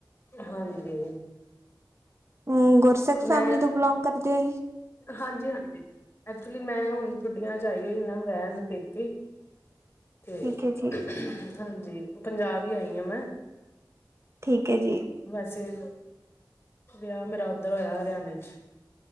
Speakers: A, on the left (about 35°); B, on the right (about 35°).
A: ਹਾਂਜੀ।
B: ਹੂੰ, ਗੁਰਸਿੱਖ ਫੈਮਿਲੀ
A: ਮੈਂ
B: ਤੋਂ ਬਿਲੋਂਗ ਕਰਦੇ ਓ ਜੀ।
A: ਹਾਂਜੀ, ਹਾਂਜੀ ਐਕਚੁਲੀ ਮੈਂ ਹੁਣ ਛੁੱਟੀਆਂ ਚ ਆਈ ਹੋਈ ਨਾ ਰਹਿਨ ਪੇਕੇ। ਤੇ
B: ਠੀਕ ਹੈ ਜੀ
A: ਹਾਂਜੀ ਪੰਜਾਬ ਹੀ ਆਈ ਆ ਮੈਂ
B: ਠੀਕ ਐ ਜੀ।
A: ਵੈਸੇ ਵਿਆਹ ਮੇਰਾ ਉੱਧਰ ਹੋਇਆ ਹਰਿਆਣੇ ਚ